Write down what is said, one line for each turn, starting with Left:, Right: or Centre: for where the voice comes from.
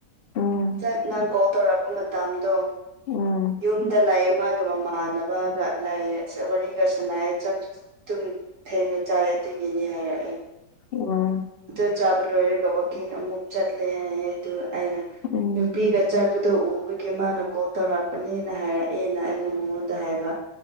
Left: ꯎꯝ
Right: ꯆꯠ ꯅꯪ ꯀꯣꯜ ꯇꯧꯔꯛꯄ ꯃꯇꯝꯗꯣ
Left: ꯎꯝ
Right: ꯌꯨꯝꯗ ꯂꯩꯌꯦ ꯃꯥꯒꯤ ꯃꯃꯥꯟꯅꯕꯒ ꯂꯥꯏꯌꯦ ꯁ ꯋꯥꯔꯤꯒ ꯁꯥꯟꯅꯥꯌꯦ ꯆꯥꯛ ꯗꯨꯝ ꯊꯦꯡꯅ ꯆꯥꯏ ꯑꯗꯨꯏꯒꯤꯅꯤ ꯍꯥꯏꯔꯛꯑꯦ
Left: ꯑꯣ
Right: ꯗꯨ ꯆꯥꯕ ꯂꯣꯏꯔꯒ ꯋꯥꯛꯀꯤꯡ ꯑꯃꯨꯛ ꯆꯠꯂꯦ ꯍꯥꯏꯌꯦ ꯑꯗꯨꯒ ꯑꯩꯅ
Left: ꯎꯝ
Right: ꯅꯨꯄꯤꯒ ꯆꯠꯄꯗꯣ ꯎꯕꯒꯤ ꯃꯥꯅ ꯀꯣꯜ ꯇꯧꯔꯛꯄꯅꯦꯅ ꯍꯥꯏꯔꯛꯑꯦꯅ ꯑꯩꯅ ꯃꯉꯣꯟꯗ ꯍꯥꯏꯕ